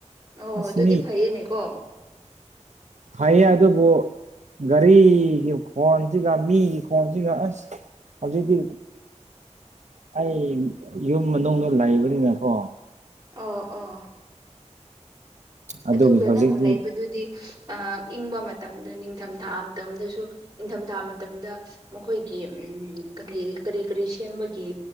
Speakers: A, on the right (about 30°); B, on the right (about 70°).
A: ꯑꯣ
B: ꯑꯁ
A: ꯑꯗꯨꯗꯤ ꯐꯩꯌꯦꯅꯦꯀꯣ
B: ꯐꯌꯦ ꯑꯗꯣꯕꯨꯣ ꯒꯥꯔꯤꯒꯤ ꯈꯣꯟꯁꯤꯒ ꯃꯤꯒꯤ ꯈꯣꯟꯁꯤꯒ ꯑꯁ ꯍꯧꯖꯤꯛꯇꯤ ꯑꯩ ꯌꯨꯝ ꯃꯅꯨꯡꯗ ꯂꯩꯕꯅꯤꯅꯀꯣ
A: ꯑꯣ ꯑꯣ
B: ꯑꯗꯨꯒꯤ
A: ꯑꯗꯨꯒ
B: ꯍꯧꯖꯤꯛꯇꯤ
A: ꯅꯪꯅ ꯂꯩꯕꯗꯨꯗꯤ ꯏꯪꯕ ꯃꯇꯝꯗ ꯅꯤꯡꯊꯝꯊꯥ ꯃꯇꯝꯗꯁꯨ ꯅꯤꯡꯊꯝꯊꯥ ꯃꯇꯝꯗ ꯃꯈꯣꯏꯒꯤ ꯎꯝ ꯀꯔꯤ ꯀꯔꯤ ꯀꯔꯤ ꯁꯦꯝꯕꯒꯤ